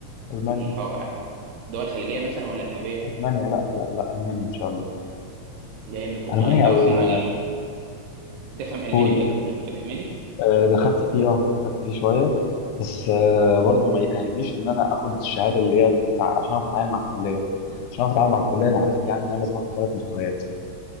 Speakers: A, on the left; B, on the right.
A: المانيا
B: يعني حو- دول خليجيه مثلا ولا اجنبيه
A: المانيا لا لا لا المانيا ان شاء الله
B: جامد والله
A: المانيا
B: انت اصلا
A: او
B: يعني تفهم الماني
A: قول
B: وكده وليك في الالماني
A: آه، ده خدت فيه اه خدت فيه شويه بس آه، برضه ما يأهلنيش ان انا اخد الشهاده اللي هي بتاع عشان اعرف اتعامل مع الكليه عشان اعرف اتعامل مع الكليه انا عرفت يعني ان انا لازم اخد ثلاث مستويات